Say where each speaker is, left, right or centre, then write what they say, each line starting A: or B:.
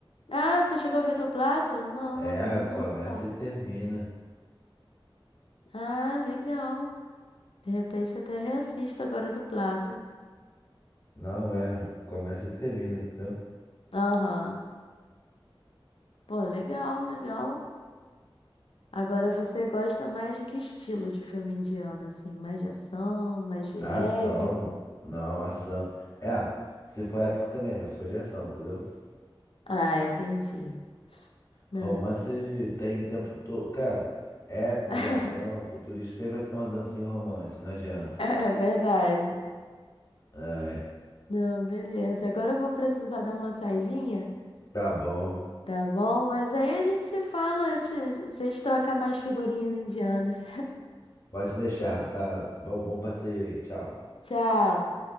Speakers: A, on the left; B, on the left.
A: Ah, você chegou a ver dublado? Não,
B: É,
A: eu vi
B: começa
A: legendado.
B: e termina.
A: Ah, legal. De repente até reassisto agora dublado.
B: Não, é, começa e termina, entendeu?
A: Aham. Pô, legal, legal. Agora você gosta mais de que estilo de filme indiano, assim? Mais de ação, mais de
B: Ação,
A: épico?
B: não, ação. É, se for épico também, mas se for de ação, entendeu?
A: Ah, entendi. Não.
B: Romance tem tempo todo. Cara, épico
A: <laughs>
B: de ação, futurista, sempre vai ter uma dancinha em romance, não adianta.
A: É verdade.
B: É,
A: Não, beleza. Agora eu vou precisar dar uma saidinha,
B: tá bom.
A: tá bom? Mas aí a gente se fala, a gente a gente troca mais figurinhas indianas. <laughs>
B: Pode deixar, tá? Bom, bom passeio aí. Tchau.
A: Tchau.